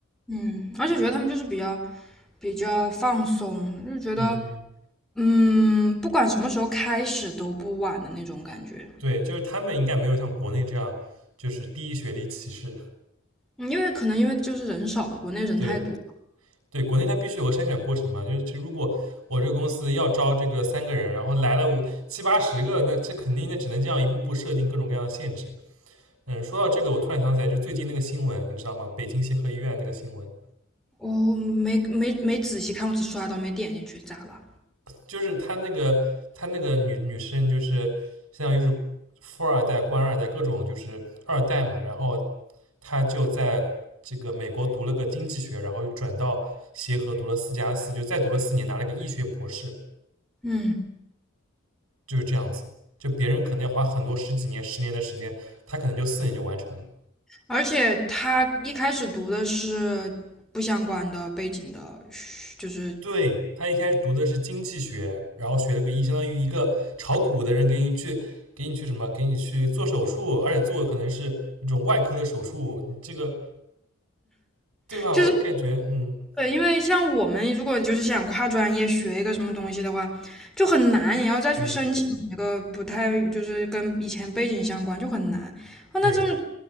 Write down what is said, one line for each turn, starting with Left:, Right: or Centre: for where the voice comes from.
Centre: 嗯，而且觉得他们就是比较比较放松，就觉得。
Right: 嗯嗯，
Centre: 嗯，不管什么时候开始都不晚的那种感觉，
Right: 对，就是他们应该没有像国内这样就是低学历歧视。
Centre: 嗯因为可能因为就是人少嘛，国内人太多。
Right: 对，对，国内它必须有个筛选过程嘛，就是其实如果我这个公司要招这个三个人，然后来了五七八十个，那这肯定那只能这样一步步设定各种各样的限制。嗯，说到这个，我突然想起来，就是最近那个新闻，你知道吗？北京协和医院那个新闻，
Centre: 我没没没仔细看，我只刷到没点进去，咋了？
Right: 就是他那个他那个女女生，就是相当于是富二代、官二代各种就是二代嘛，然后她就在这个美国读了个经济学，然后又转到协和读了四加四，就再读了四年，拿了个医学博士。
Centre: 嗯，
Right: 就是这样子。就别人可能要花很多十几年、十年的时间，他可能就四年就完成了。
Centre: 而且他一开始读的是不相关的背景的就是
Right: 对他一开始读的是经济学，然后学了个医，相当于一个炒股的人给你去给你去什么，给你去做手术，而且做可能是那种外科的手术，你这个对吧？
Centre: 就是
Right: 我就感觉，嗯
Centre: 对，因为像我们如果就是想跨专业学一个什么东西的话，就很难，也要再去申请一个不太就是跟以前背景相关，
Right: 嗯，
Centre: 就很难。哦，
Right: 对。
Centre: 那这种